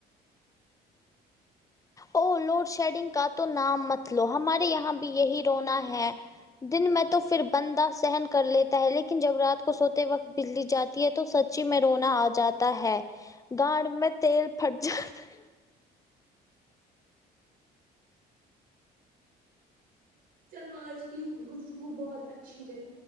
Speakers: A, on the left (about 20°); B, on the right (about 60°).
A: او لوڈ شیڈنگ کا تو نام مت لو ہمارے یہاں بھی یہی رونا ہے دن میں تو فر بندہ سہن کر لیتا ہے لیکن جب رات کو سوتے وقت بلی جاتی تو سچی میں رونا آ جاتا ہے گانڈ میں تیل پھٹ جاتا
B: چلو آج کی گ گفتگو بہت اچھی رہی